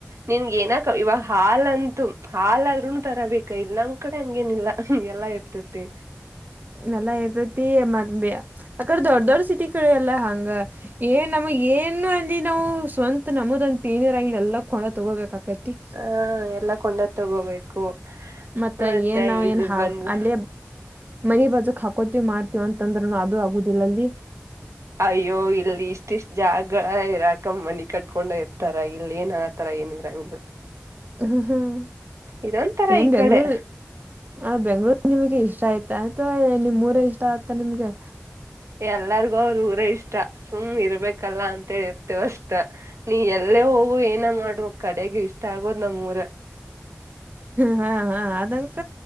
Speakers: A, on the right (about 80°); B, on the right (about 40°).
A: ನಿನ್ಗ ಏನಕ ಇವಾಗ ಹಾಲ್ ಅಂತು ಹಾಲ್ಹಾದ್ರುನು ತರಬೇಕ ಇಲ್ಲ ನಂಗ್ ಕಡೆ ಹಂಗೇನಿಲ್ಲಗೆಲ್ಲಾ. ಬರುತ್ತೆ.
B: ನೆಲ್ಲಾ ಇರ್ತೈತಿ ಮದ್ ಆಕಡೆ ದೊಡ್ಡ ದೊಡ್ಡ ಸಿಟಿ ಕಡೆ ಎಲ್ಲ ಹಂಗ. ಏನ್ ನಮ್ಮ ಏನು ಅಲ್ಲಿ ನಾವು ಸ್ವಂತತ್ ನಮದಂತತಿನಿರಂಗ ಎಲ್ಲ <unintelligible> ತಗೋಬೇಕ ಆಕತ್ತಿ.
A: ಆ ಎಲ್ಲಾ ಕೊಂಡದ ತಗೋಬೇಕು.
B: ಮತ್ತ
A: ಮತ್ತೆ
B: ಏನ್ ನಾವ
A: ಇಲ್
B: ಏನ್ ಹಾ
A: ಬಂದ್
B: ಅಲ್ಲೇ. ಮನ ಬಾಜಕ್ ಹಾಕೋತಿವಿ ಮಾಡ್ತವ ಅಂತಂದ್ರರುನು ಅದು ಆಗುದಿಲ್ಲ ಅಲ್ಲಿ.
A: ಅಯ್ಯೋ ಇಲ್ಲಿ ಇಷ್ಟ ಇಷ್ಟ್ ಜಾಗ ಇರಾಕ ಮಣಿ ಕಟ್ಕೊಂಡ ಇರ್ತಾರ ಇಲ್ಲಿ ಏನಾ. ಒಂತರ ಹಿಂಸೆ.
B: ಹ್ಮ್ ಹ್ಮ್
A: ಇದೊಂತರ
B: ಏನ್
A: ಈ
B: ಬೆಂಗಳೂರು
A: ಕಡೆ
B: ಆ ಬೆಂಗ್ಗಳೂರ್ ನಿಮಗೆ ಇಷ್ಟ ಆಯ್ತಾ ಆಯ್ತವಾ ನಿಮ್ ಊರ ಇಷ್ಟ ಆಯತಾ ನಿಮ್ಗೆ.
A: ಎಲ್ಲರಿಗೂ ಅವ್ರ ಊರ ಇಷ್ಟ ಸುಮ್ ಇರ್ಬೇಕಲ್ಲ ಅಂತ ಹೇಳಿದಿ. ಅಷ್ಟ ನೀ ಎಲ್ಲೇ ಹೋಗುವ ಏನ ಮಾಡ್ಬ ಕಡೆಗೆ ಇಷ್ಟ ಆಗೋದ್ ನಮ್ ಊರ.
B: ಹಾ ಹಾ ಅದಹಂತ